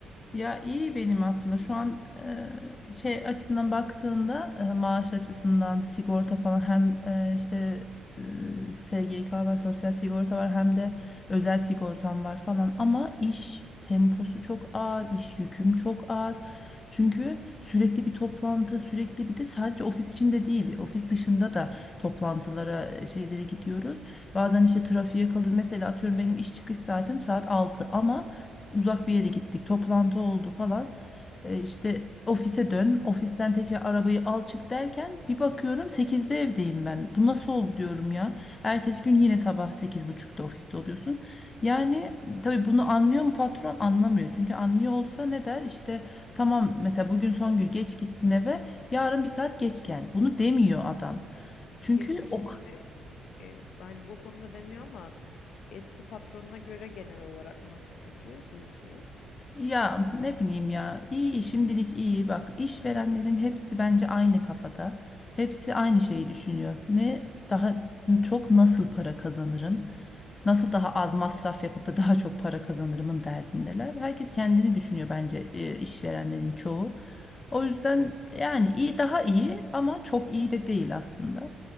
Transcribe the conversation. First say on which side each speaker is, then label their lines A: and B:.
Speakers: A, on the left; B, on the left.
A: Ya iyi benim aslında şu an e, şey açısından baktığında e, maaş açısından sigorta falan hem e, işte e, SGK var sosyal sigorta var hem de özel sigortam var falan ama iş temposu çok ağır iş yüküm çok ağır çünkü sürekli bir toplantı sürekli bir de sadece ofis içinde değil ofis dışında da toplantılara e, şeylere gidiyoruz bazen işte trafiğe kalıyor mesela atıyorum benim iş çıkış saatim saat 6 ama uzak bir yere gittik, toplantı oldu falan. E, işte ofise dön, ofisten tekrar arabayı al çık derken bir bakıyorum sekizde evdeyim ben. Bu nasıl oldu diyorum ya. Ertesi gün yine sabah sekiz buçukta ofiste oluyorsun. Yani tabii bunu anlıyor mu patron? Anlamıyor. Çünkü anlıyor olsa ne der? İşte tamam mesela bugün son gün geç gittin eve, yarın bir saat geç gel. Bunu demiyor adam. Çünkü
B: Peki şey
A: o
B: mi? E, hani bu konuda demiyor ama eski patronuna göre genel olarak nasıl peki huyu suyu?
A: Ya ne bileyim ya iyi şimdilik iyi bak işverenlerin hepsi bence aynı kafada hepsi aynı şeyi düşünüyor ne daha çok nasıl para kazanırım nasıl daha az masraf yapıp da daha çok para kazanırımın derdindeler herkes kendini düşünüyor bence e, işverenlerin çoğu o yüzden yani iyi daha iyi ama çok iyi de değil aslında